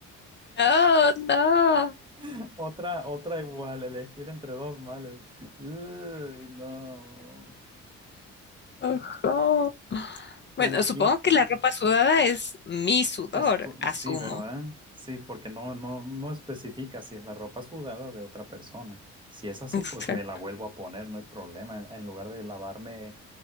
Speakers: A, on the left; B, on the right.
A: Oh, no.
B: <laughs> Otra, otra igual, elegir entre dos males. Uy, no.
A: Ojo.
B: Bueno,
A: Bueno,
B: aquí
A: supongo que la ropa sudada es mi sudor,
B: Esto,
A: asumo.
B: sí, ¿verdad? Sí, porque no, no, no especifica si es la ropa sudada de otra persona. Si es así,
A: Exacto.
B: pues me la vuelvo
A: <laughs>
B: a poner, no hay problema, en lugar de lavarme